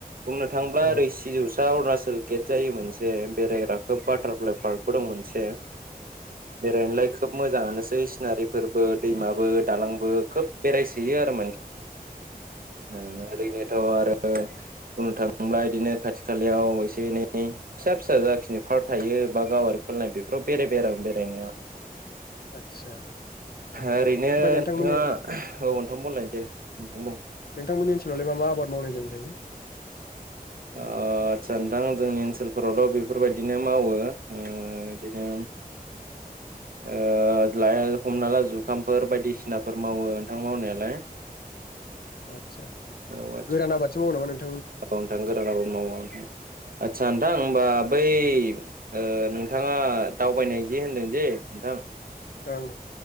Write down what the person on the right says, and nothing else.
बुंनो थाङोब्ला
ओरै सिजौसा अरुणाचल गेट जायो मोनसे जे बेरायग्रा खोब बाटारफ्लाइ पार्क बो दं मोनसे बेरायनोलाय खोब मोजाङानोसै सिनारि फोरबो दैमाबो दालांबो खोब बेरायसोयो आरो <unintelligible> ओ ओरैनोथ' आरो बुंनो थाङोब्ला इदिनो खाथि खालायाव एसे-एनै फिसा-फिसा जाखिनि फार्क थायो बा गावारि खुलिनाय बेफोराव बेरायबाय आरो आं बेरायनायाव
ओरैनो
नोंथाङा
<unintelligible> औ नोंथां बुंलाय दे नोंथां बुं
ओ आतसा नोंथां जोंनि ओनसोलफोरावल' बेफोरबायदिनो मावो ओ इदिनोम ओ लाइ आरो हमना ला जुखामफोर बायदिसिनाफोर मावो नोंथां मावनायालाय
औ आदसा
औ नोंथां गोरानाबो मावो नोंथां आतसा नोंथां होमबा बै ओ नोंथाङा दावबायनाय जे होनदों जे नोंथां